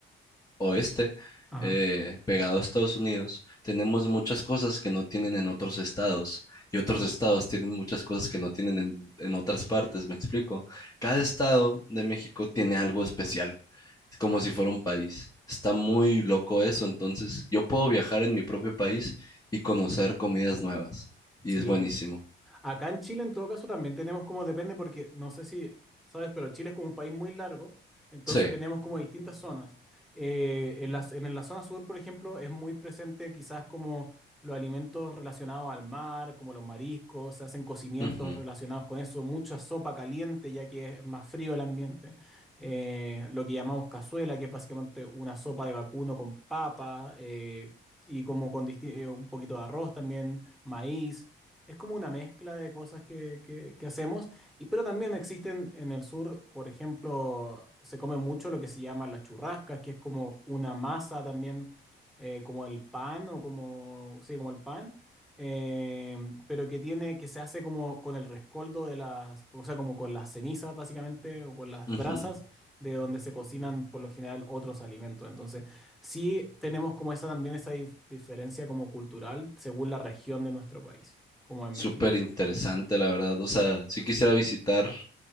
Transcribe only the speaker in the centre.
Ajá.
Sí,
Acá en Chile, en todo caso, también tenemos como depende, porque no sé si sabes, pero Chile es como un país muy largo, entonces
tenemos como distintas zonas. Eh, en la, en la zona sur, por ejemplo, es muy presente quizás como los alimentos relacionados al mar, como los mariscos, se hacen cocimientos
relacionados con eso, mucha sopa caliente, ya que es más frío el ambiente. Eh, lo que llamamos cazuela, que es básicamente una sopa de vacuno con papa, eh, y como con disti- eh, un poquito de arroz también, maíz. Es como una mezcla de cosas que, que- que hacemos, y, pero también existen en el sur, por ejemplo, se come mucho lo que se llama las churrascas, que es como una masa también, eh, como el pan o como, sí, como el pan, eh, pero que tiene, que se hace como con el rescoldo de las, o sea, como con las cenizas básicamente, o con las
brasas de donde se cocinan por lo general otros alimentos. Entonces, sí tenemos como esa también esa dif- diferencia como cultural según la región de nuestro país como en
México.